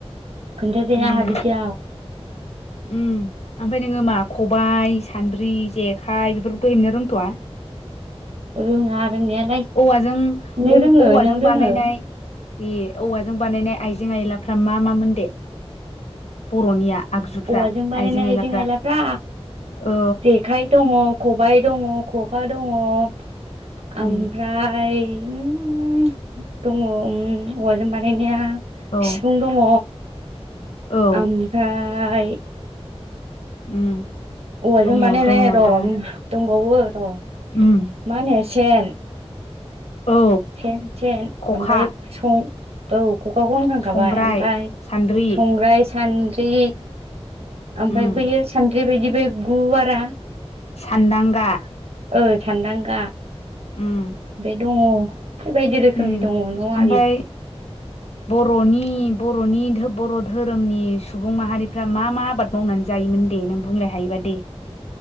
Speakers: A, on the right; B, on the left.
A: खोन्थाजाया
B: उम।
A: <inaudible>
B: उम ओमफ्राय नोङो मा खबाइ सान्द्रि जेखाइ बेफोरखौथ' हेबनो रोंथ'वा
A: रोङा रोंनायालाय
B: औवाजों
A: नों
B: औ
A: रोङो
B: औवाजों
A: नों रोङो
B: बानायनाय दे औवाजों बानायनाय आइजें आइलाफ्रा मा मामोन दे बर'निया आगजुफ्रा
A: औवाजों बानायनाय
B: आयलाफ्रा
A: आइजें आइलाफ्रा
B: औ
A: जे आखाइ दङ खबाय दङ खखा दङ ओमफ्राय
B: उम
A: उम दङ उम औवाजों बानायनाया
B: औ
A: सिफुं दङ
B: औ
A: आमफाय
B: उम।
A: औवाजों
B: दङ
A: बानायनाय
B: दङ
A: र'
B: दङ
A: दंबावो र'
B: उम।
A: मा होनो सेन
B: औ
A: सेन सेन
B: खखा
A: ओमफाय सं औ खखाखौ होनखांखाबाय
B: संग्राय
A: ओमफाय
B: सान्द्रि
A: संग्राय सान्द्रि ओमफ्राय
B: उम
A: बैयो सानद्रि बायदि बै गुवारा
B: सानदांगा
A: ओ सान्दांगा
B: उम।
A: बे दङ बायदि रोखोमनि
B: उम
A: दङ न' आरि
B: ओमफाय बर'नि बर'नि बर' धोरोमनि सुबुं माहारिफ्रा मा मा आबाद मावनानै जायोमोन दे नों बुंलाय हायोबा दे।